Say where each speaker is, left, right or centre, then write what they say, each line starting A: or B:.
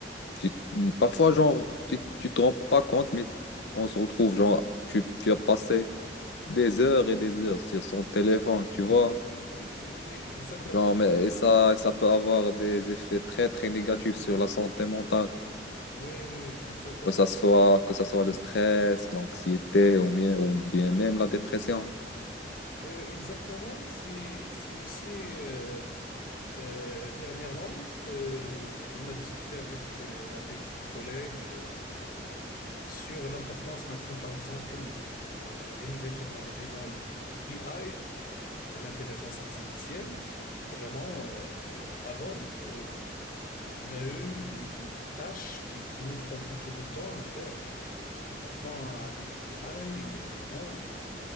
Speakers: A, on the left; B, on the left.
A: tu- parfois, genre, tu, tu te rends pas compte, mais on se retrouve, genre, tu, tu as passé des heures et des heures sur son téléphone, tu vois.
B: oui, oui, oui, oui, oui, exactement.
A: Genre, mais et ça, ça peut avoir des effets très, très négatifs sur la santé mentale.
B: Oui, oui, oui, exactement.
A: Que ça soit, que ça soit le stress, l'anxiété ou bien, ou bien même la dépression.
B: Oui, oui, exactement. C'est, c'est aussi euh, Euh, dernièrement, euh, on a discuté avec, euh, avec des collègues euh, sur l'importance maintenant, par exemple, de les nouvelles technologies dans les AI, l'intelligence artificielle. Vraiment, euh, euh, avant, euh, on a eu des, des, des tâches qui, qui nous prennent beaucoup de temps à faire. Et maintenant, avec les AI, vraiment,